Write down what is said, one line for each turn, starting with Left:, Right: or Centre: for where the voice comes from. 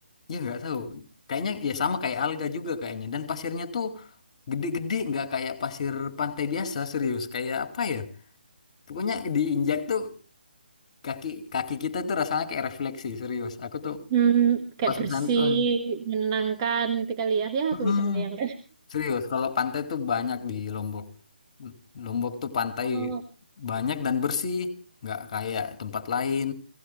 Left: ya nggak tahu. Kayaknya ya sama kayak alga juga kayaknya. Dan pasirnya tuh gede-gede nggak kayak pasir pantai biasa serius. Kayak apa ya? Pokoknya diinjak tuh kaki kaki kita tuh rasanya kayak refleksi serius. Aku tuh
Right: Hmm, kayak
Left: pas
Right: bersih,
Left: ke sana tuh,
Right: menenangkan gitu kali ya. Ya
Left: mm-mm.
Right: aku bisa membayangkan.
Left: Serius, kalau pantai tuh banyak di Lombok. Lombok tuh pantai
Right: Oh,
Left: banyak dan bersih, nggak kayak tempat lain.